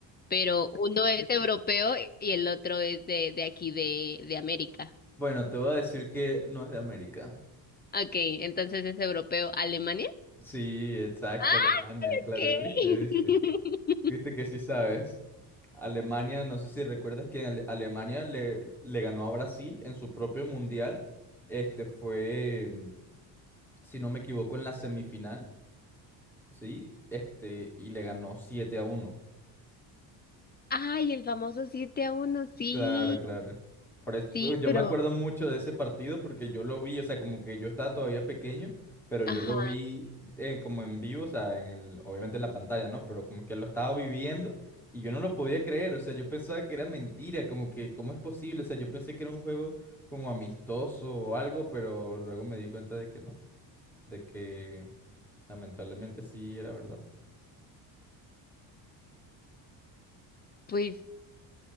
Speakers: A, on the left (about 25°); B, in the centre.
A: Pero uno es europeo y el otro es de, de aquí, de, de América.
B: Bueno, te voy a decir que no es de América.
A: Ok, entonces es europeo, Alemania.
B: Sí, exacto,
A: Ah,
B: Alemania, claro,
A: Ok. <laughs>
B: viste, viste. Viste que sí sabes. Alemania, no sé si recuerdas que en Ale- Alemania le, le ganó a Brasil en su propio mundial. Este fue, mm, si no me equivoco, en la semifinal, ¿sí? Este, y le ganó siete a uno
A: Ay, el famoso siete a uno sí.
B: Claro, claro. Por es- pues,
A: Sí,
B: yo
A: pero,
B: me acuerdo mucho de ese partido porque yo lo vi, o sea, como que yo estaba todavía pequeño, pero yo
A: ajá,
B: lo vi eh, como en vivo, o sea, en el, obviamente en la pantalla, ¿no? Pero como que lo estaba viviendo y yo no lo podía creer, o sea, yo pensaba que era mentira, como que, ¿cómo es posible? O sea, yo pensé que era un juego como amistoso o algo, pero luego me di cuenta de que no, de que lamentablemente sí era verdad.
A: pues.